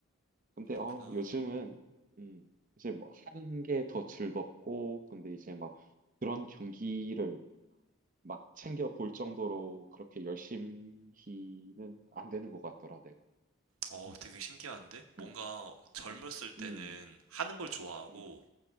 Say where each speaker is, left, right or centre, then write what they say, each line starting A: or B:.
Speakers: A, on the right; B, on the right.
A: 근데 어
B: 구나.
A: 요즘은 음 이제 뭐 하는 게 더 즐겁고 근데 이제 막 그런 경기를 막 챙겨 볼 정도로 그렇게 열심히는 안 되는 것 같더라, 내가.
B: 어, 되게 신기한데? 뭔가
A: 음,
B: 젊었을
A: 음,
B: 때는
A: 음,
B: 하는 걸 좋아하고,
A: 음,